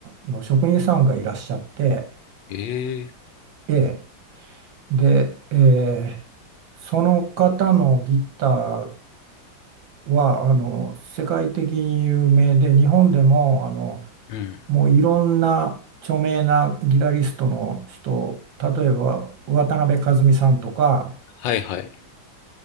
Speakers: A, on the right; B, on the left.
A: ーの職人さんがいらっしゃって、
B: ええ、
A: ええ、で、えーその方のギターはあの世界的に有名で日本でもあの
B: うん。
A: もういろんな著名なギタリストの人例えば渡辺和美さんとか
B: はいはい。